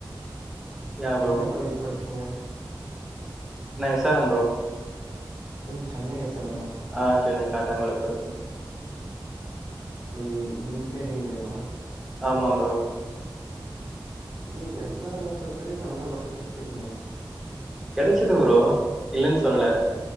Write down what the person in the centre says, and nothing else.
யா ப்ரோ
நா எஸ் ஆர் எம் ப்ரோ
ஆ சென்னை காட்டாங்கொளத்துருல
ஆமாம் ப்ரோ
கெடைச்சுது பரோ இல்லன்னு சொல்லல